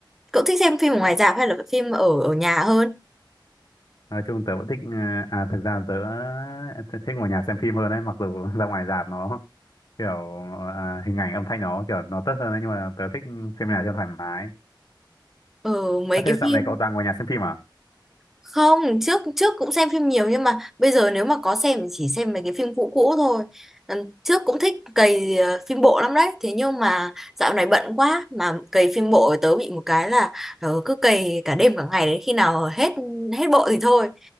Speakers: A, in the centre; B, on the left (about 55°).
A: Cậu thích xem phim ở ngoài rạp hay là phim ở ở nhà hơn?
B: nói chung tớ vẫn thích ờ, à, thực ra tớ ờ, th- thích ngồi nhà xem phim hơn ấy mặc dù <laughs> ra ngoài rạp nó kiểu à, hình ảnh âm thanh nó kiểu nó tốt hơn ấy nhưng mà tớ thích xem nhà cho thoải mái
A: Ừ, mấy
B: Ơ
A: cái
B: thế
A: phim
B: dạo này cậu toàn ngồi nhà xem phim à
A: không trước trước cũng xem phim nhiều nhưng mà bây giờ nếu mà có xem thì chỉ xem mấy cái phim cũ cũ thôi Ừ, trước cũng thích cày ờ, phim bộ lắm đấy thế nhưng mà dạo này bận quá mà cày phim bộ tớ bị một cái là ờ, cứ cày cả đêm cả ngày đến khi nào hết hết bộ thì thôi